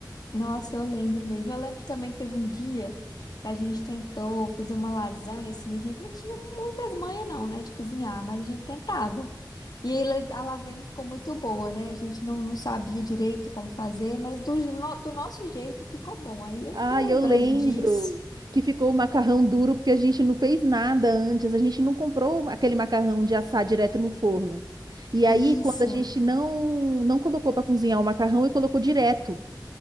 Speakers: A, on the left (about 55°); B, on the right (about 60°).
A: Nossa, eu lembro mesmo. Eu lembro também que teve um dia que a gente tentou fazer uma lasanha, assim, a gente não tinha muitas manhas não, né, de cozinhar, mas a gente tentava. E aí las- a lasanha não ficou muito boa, né? A gente não, não sabia direito como fazer, mas do, je- no- do nosso jeito ficou bom. Aí eu
B: Ah,
A: fiquei lembrando
B: eu lembro
A: disso.
B: que ficou o macarrão duro porque a gente não fez nada antes, a gente não comprou aquele macarrão de assar direto no forno. E aí,
A: Isso,
B: quando a gente não não colocou para cozinhar o macarrão e colocou direto.